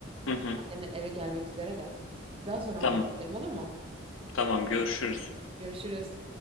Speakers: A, on the left; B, on the right.
A: Hı hı.
B: Annemler eve gelmek üzere de. Daha sonra
A: Tamam,
B: haber ederim olur mu?
A: tamam görüşürüz.
B: Görüşürüz.